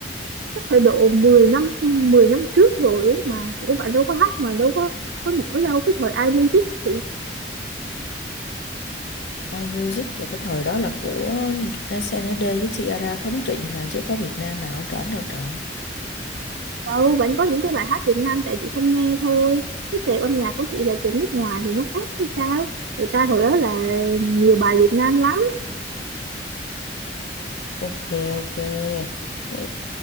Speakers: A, on the right; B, on the left.
A: chắc phải độ 10 năm 10 năm trước rồi ấy mà chỗ bạn đâu có hát mà đâu có có nổi đâu cái thời iMusic thì
B: My Music là cái thời đó là của SNSD với Tiara thống trị mà chứ có Việt Nam nào trển đâu trời.
A: đâu vẫn có những cái bài hát Việt Nam tại chị không nghe thôi cái tệp âm nhạc của chị là tệp nước ngoài thì nó khác hay sao người ta hồi đó là nhiều bài Việt Nam lắm
B: ok ok thế